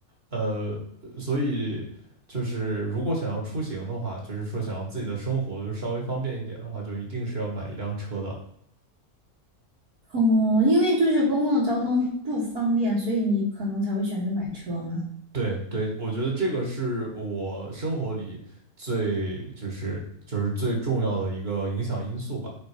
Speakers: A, on the right (about 40°); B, on the right (about 70°).
A: 呃，所以就是如果想要出行的话，就是说想要自己的生活稍微方便一点的话，就一定是要买一辆车的。
B: 哦，因为就是公共交通不方便，所以你可能才会选择买车嘛。
A: 对对，我觉得这个是我生活里最就是就是最重要的一个影响因素吧。